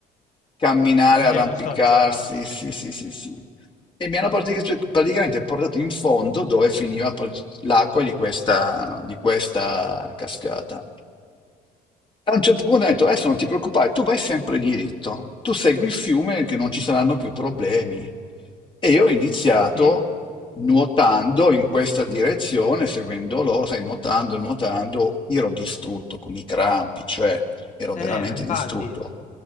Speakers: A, on the left; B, on the left.
A: camminare,
B: angeli
A: arrampicarsi,
B: custodi sembravano.
A: sì, sì, sì, sì. E mi hanno pratic- praticamente portato in fondo dove finiva poi l'acqua di questa, di questa cascata. A un certo punto ha detto, adesso non ti preoccupare, tu vai sempre diritto, tu segui il fiume che non ci saranno più problemi. E io ho iniziato
B: Sì?
A: nuotando in questa direzione, seguendo loro, sai, nuotando, nuotando, io ero distrutto con i crampi, cioè ero
B: Eh,
A: veramente
B: ma infatti.
A: distrutto.